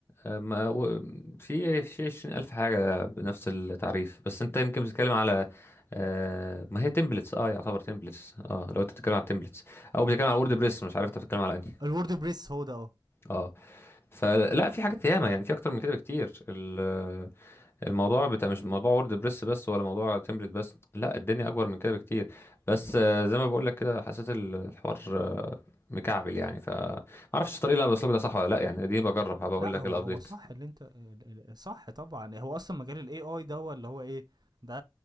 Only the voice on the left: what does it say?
آه، ما و- في في عشرين ألف حاجة بنفس التعريف بس أنت يمكن بتتكلم على آه، ما هي تمبلتس اه يعتبر تمبلتس اه لو انت بتتكلم على تمبلتس او بتتكلم على وورد بريس مش عارف انت بتتكلم على انهي
اه فلا في حاجات ياما يعني في اكتر من كده بكتير ال الموضوع بتاع مش موضوع وورد بريس بس ولا موضوع تمبلت بس لا الدنيا اكبر من كده بكتير بس آه، زي ما بقول لك كده حسيت ال- الحوار آه، مكعبل يعني ف ما اعرفش الطريقه اللي انا بسلكه ده صح ولا لا يعني دي بجرب هبقى اقول
لك
الابديت